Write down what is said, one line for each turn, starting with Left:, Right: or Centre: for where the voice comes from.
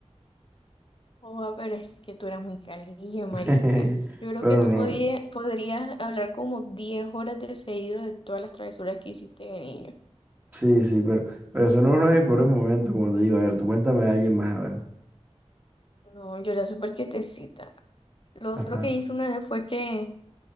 Left: Oh, pero es que tú eras muy calilla, marica.
Right: <laughs>
Left: Yo creo
Right: Pero
Left: que tú
Right: no.
Left: podías, podrías hablar como 10 horas de seguido de todas las travesuras que hiciste de niño.
Right: Sí, sí, pero, pero eso no es uno de mis peores momentos, como te digo. A ver, tú cuéntame de alguien más, a ver.
Left: No, yo era súper quietecita. Lo
Right: Ajá.
Left: otro que hice una vez fue que,